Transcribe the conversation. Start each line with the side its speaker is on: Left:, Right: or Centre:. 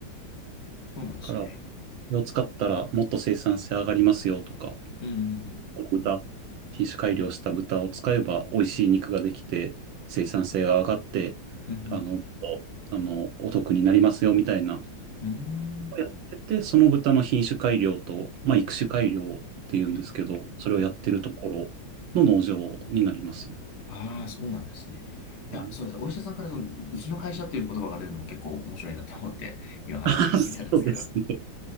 Left: そうなんですね。
Right: から、それを使ったらもっと生産性上がりますよとか、
Left: うんうん
Right: 豚、品種改良した豚を使えば美味しい肉ができて、生産性が上がって、
Left: うん。うん
Right: あの、あの、お得になりますよみたいな、
Left: うん。
Right: やってて、その豚の品種改良と、まあ、育種改良っていうんですけど、
Left: うん。
Right: それをやってるところの農場になりますね。
Left: んああー、そうなんですね。
Right: うん
Left: いや、そうです。お医者さんからその、うちの会社という言葉が出るのも結構面白いなって思って、今話を聞いたんですけど。
Right: <laughs> そうですね。